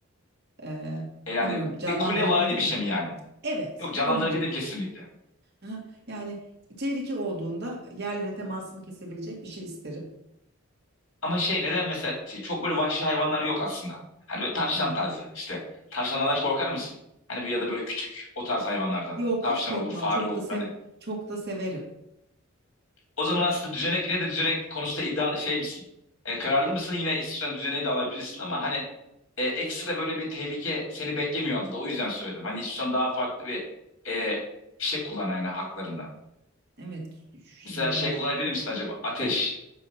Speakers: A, on the right; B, on the left.
A: Ee,
B: Eğlendi.
A: bilmiyorum canlandırabildin
B: Bir kulevari bir
A: mi?
B: şey mi yani?
A: Evet,
B: Yok canlandırabildim
A: onun gibi.
B: kesinlikle.
A: Aha, Yani tehlike olduğunda yerle temasımı kesebilecek bir şey isterim.
B: Ama şey neden mesela şey, çok böyle vahşi hayvanlar yok aslında. Hani böyle tavşan
A: Hı.
B: tarzı işte. Tavşanlardan korkar mısın? Hani böyle ya da böyle küçük o tarz hayvanlardan.
A: Yok,
B: Tavşan
A: hiç korkmam.
B: olur, fare
A: Çok
B: olur.
A: da sev
B: Hani
A: çok da severim.
B: O zaman aslında düzenek yine de düzenek konusunda iddia şey misin? E, kararlı mısın? Yine istiyorsan düzeneği de alabilirsin ama hani e, ekstra böyle bir tehlike seni beklemiyor adada. O yüzden söyledim. Hani istiyorsan daha farklı bir e, bir şey kullan yani haklarında.
A: Evet, şimdi
B: Mesela
A: birazcık.
B: şey kullanabilir misin acaba? Ateş.